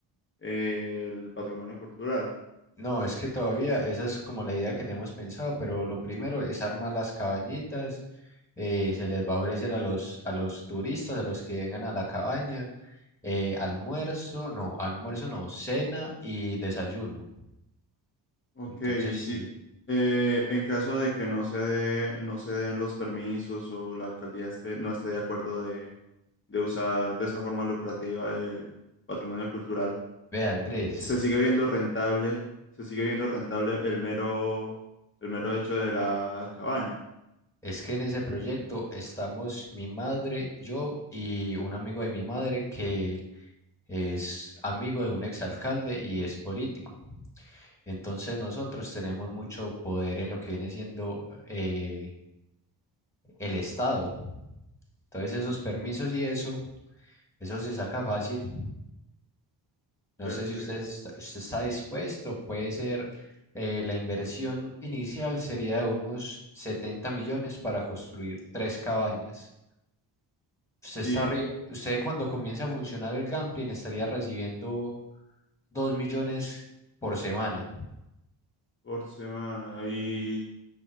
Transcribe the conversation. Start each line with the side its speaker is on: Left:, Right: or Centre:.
Left: eh, el patrimonio cultural.
Centre: No, es que todavía esa es como la idea que tenemos pensado, pero lo primero es armar las cabañitas, eh, se les va a ofrecer a los, a los turistas, a los que vengan a la cabaña, eh, almuerzo, no, almuerzo no, cena y desayuno.
Left: Ok,
Centre: Entonces,
Left: y sí.
Centre: sí.
Left: eh, en caso de que no se dé- no se den los permisos o la alcaldía esté, no esté de acuerdo de, de usar de esa forma lucrativa el patrimonio cultural,
Centre: Ve, Andrés,
Left: se sigue viendo rentable, se sigue viendo rentable el mero, el mero hecho de la cabaña.
Centre: Es que en ese proyecto estamos mi madre, yo y un amigo de mi madre que es amigo de un exalcalde y es político. Entonces nosotros tenemos mucho poder en lo que viene siendo eh, el Estado. Entonces esos permisos y eso, eso se saca fácil.
Left: Perfecto.
Centre: No sé si usted está, usted está dispuesto, puede ser eh, la inversión inicial sería de unos 70 millones para construir tres cabañas. Usted
Left: Y
Centre: está ri- usted cuando comience a funcionar el gambling estaría recibiendo 2 millones por semana
Left: por semana. Y,